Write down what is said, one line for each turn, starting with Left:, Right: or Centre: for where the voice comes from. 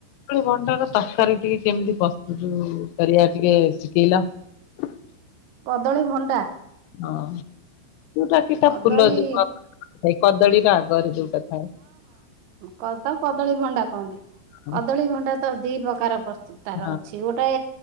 Left: କଦଳୀ, ଭଣ୍ଡାକୁ ତରକାରୀ ଟିକେ କେମିତି ପ୍ରସ୍ତୁତ କରିବା ଟିକେ ଶିଖେଇଲ? <inaudible>
Right: କଦଳୀ, ଭଣ୍ଡା
Left: ହଁ ଯୋଉଟା କି ତା
Right: କଦଳୀ
Left: ଫୁଲ ଯୋଉଟା କଦଳୀର ଆଗରେ ଯୋଉଟା ଥାଏ।
Right: କଦ କଦଳୀ ଭଣ୍ଡା କହନ୍ତି
Left: ହଁ
Right: କଦଳୀ ଭଣ୍ଡା ତ ଦି ପ୍ରକାର ପ୍ରସ୍ତୁତ ତାର
Left: ହଁ
Right: ଅଛି ଗୋଟେ